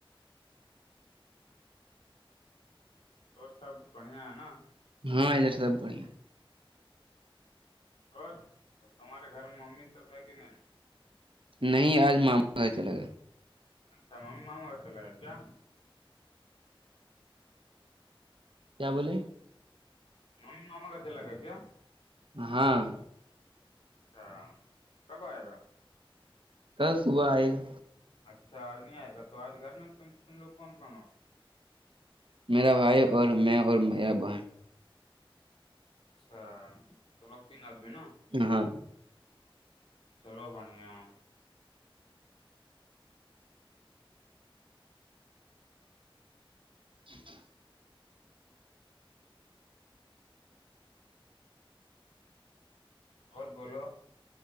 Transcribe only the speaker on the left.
اور سب بڑھیا ہے نا
اور تمہارے گھر میں ممی سب ہے کہ نہیں
اچھا ماممی ماما سے چلا گیا کیا
ممی ماما کا چلا گیا کیا
اچھا کب آئے گا
اچھا آج نہیں آئے گا تو آج گھر میں تم لوگ کون کون ہو
اچھا تم لوگ تین آدمی نا
چلو بھڑیا
اور بولو